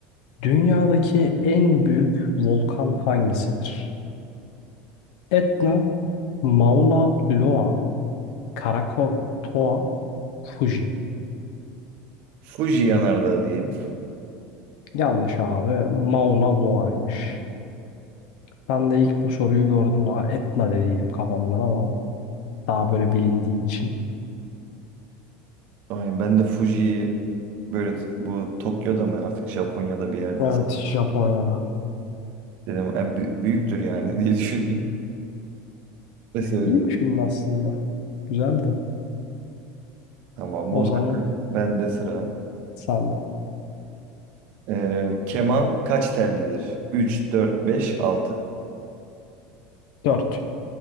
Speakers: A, on the left; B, on the right.
A: Dünyadaki en büyük volkan hangisidir? Etna, Mauna Loa, Krakatoa, Fuji.
B: Fuji yanardağı diyeyim.
A: Yanlış abi. Mauna Loa'ymış. Ben de ilk bu soruyu gördüm daha Etna dediydim kafamdan ama daha böyle bilindiği için.
B: Aynen ben de Fuji'yi Böyle bu Tokyo'da mı artık Japonya'da bir yerde
A: Evet, Japonya'da.
B: dedim e, bü- büyüktür yani <laughs> diye düşündüm ve söyledim.
A: İyi düşündün aslında. Güzeldi.
B: Tamam
A: O
B: o zaman
A: zaman
B: bende sıra.
A: sen de.
B: Ee, keman kaç tellidir? 3, 4, 5, 6.
A: Dört